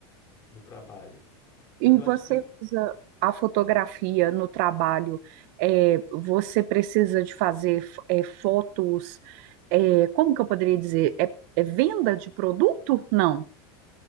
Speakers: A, on the left; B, on the right.
A: no trabalho. Mas
B: E
A: eu
B: você
A: acho que
B: usa a fotografia no trabalho? é, você precisa de fazer é, fotos, é, como que eu poderia dizer? É, é venda de produto? Não.